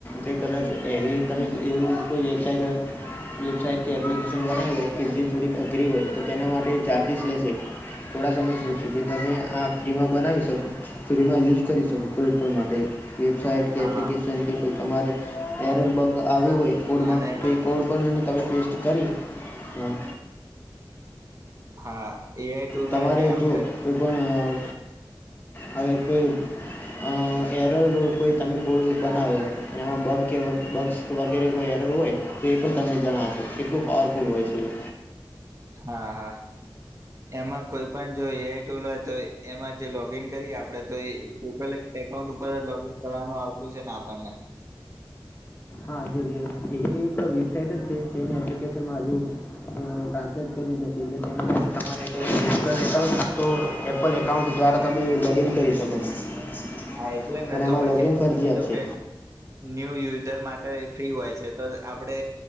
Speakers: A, on the left; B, on the right.
A: જે કદાચ એવી તમે એવુ કોઈ વેબસાઇટ વેબસાઇટ કે એપ્લિકેશન બનાવી હોય કે જે થોડીક અઘરી હોય તો તેના માટે ચાર્જિસ લેશે થોડા સમય સુધી તમે આ ફ્રીમાં બનાવી શકો, ફ્રીમાં યુઝ કરી શકો કોઈ પણ માટે વેબસઇટ કે
B: હા
A: એપ્લિકેશન કે કે તમારે એરર બગ આવ્યુ હોય કોડમાં
B: અને
A: પે <unintelligible> પેસ્ટ કરી, હા.
B: હા. એઆઈ ટુલ
A: તમારે
B: હોય જે આપડે
A: જો કોઈ પણ અહ હવે કોઈ અહ એરર કોઈ તમે કોઈ બનાવ્યો, ને એમાં બગ કે બગ્સ વગેરે કોઈ એરર હોય, તો એ પણ તમને જણાવશે, કેટલું પાવરફુલ હોય છે ઈ.
B: હા, હા. એમાં કોઈ પણ જો એ આઈ ટુલ હોય તો એમાં જે લોગીન કરી આપડે, તો ઈ ગૂગલ એક એકાઉન્ટ ઉપર જ લોગીન કરવાનું આવતું સે ને આપણને.
A: હા જે વેબ, એવી એક વેબસાઇટ જ છે, જેને એપ્લિકેશનમાં હજુ ટ્રાન્સલેટ કર્યું જ નથી, એટલે તેને એ તમારે
B: તો પછી
A: ગૂગલ એકાઉન્ટમાં તો એપલ એકાઉન્ટ દ્વારા તમે લોગ ઇન કરી શકો છો.
B: હા એટલે જ ને.
A: અને
B: તો
A: એમાં
B: પછી
A: લોગિન
B: તમે
A: ફરજિયાત
B: કીધું
A: છે
B: કે ન્યૂ યુઝર માટે ફ્રી હોય છે, તો આપણે